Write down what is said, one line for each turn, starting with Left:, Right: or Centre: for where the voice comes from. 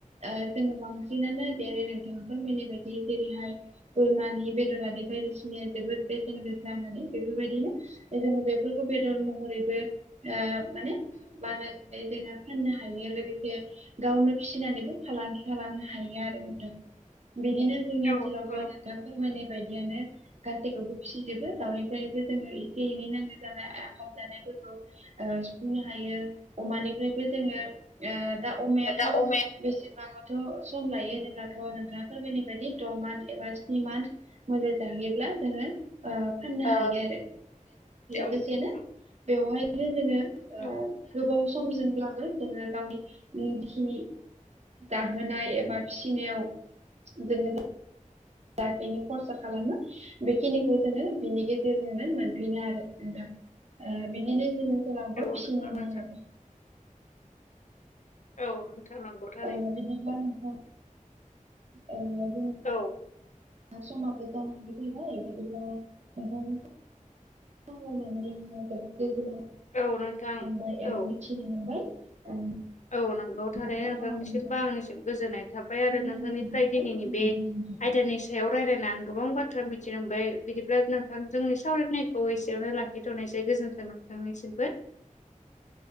Right: ओ जोङो बांसिनानो देरै नोंथाङा फोरमायनाय बायदि जेरैहाय बोरमानि बेदरारि बायदिसिनाया जोबोद बेसेन बे जानानै बेफोरबायदिनो जोङो बेफोरखौ बेदर महरैबो ओ माने मा होनाय <unintelligible> जोङो फाननो हायो लोगोसे गावनो फिसिनानैबो फालांगि खालामनो हायो आरो बेखौ बिदिनो जोंनि
Left: औ
Right: ओनसोलावबो
Left: नंगौ
Right: नोंथां फोरमायनाय बायदियानो गासैखौबो फिसिजोबो दाउनिफ्रायबो जोङो एसे- एनै नांगौ जानाय आंखाम जानायफोरखौ ओ सुफुंनो हायो अमानिफ्राय- बो जोङो ओ दा अमायाथ'
Left: दा अमाया
Right: बेसेबाङावथ' सम लायो होनोब्लाथ' नोंथाङा फोरबायनाय बायदि द' मान्थ एबा स्नि मान्थ मोजां जाहैयोब्ला जोङो ओ फाननो
Left: ओ
Right: हायो आरो लोगोसेनो
Left: औ नोंथां
Right: बेवहायनो जोङो ओ
Left: औ
Right: गोबाव सम जों <unintelligible> जाहोनाय एबा फिसिनायाव जोङो लाखैनो खरसा खालामो बेखिनिखौ जोङो बिनि गेजेरजोंनो मोनफिनो आरो नोंथां ओ बिदिनो जोंनि जेरावबो
Left: औ
Right: फिसिनाय
Left: नंगौ नोंथां
Right: आरो
Left: औ नंगौ थारैनो
Right: ओ बिदिब्ला नोंथां ओ मा
Left: औ
Right: सममाबो जालां बाय बिदिब्ला नोंथां <unintelligible> मोनबाय
Left: औ नोंथां
Right: एबा
Left: औ
Right: मिथिनो मोनबाय <inaudible>
Left: औ नंगौ थारै
Right: आसा
Left: नोंथांनिसिमबो
Right: खालामो नोंथांखौ
Left: आंनिसिम गोजोननाय थाबाय
Right: फिन
Left: आरो नोंथांनिफ्राय
Right: लोगो मोनगोन
Left: दिनैनि
Right: गोजोनथों
Left: बे
Right: नोंथां।
Left: आयदानि सायावा रायलायना आं गोबां बाथ्रा मिथिलांबाय बिदिब्ला नोंथां जोंनि सावरायनायखौ एसेयावनो लाखिथ'नायसै गोजोन्थों नोंथांनिसिमबो
Right: <inaudible>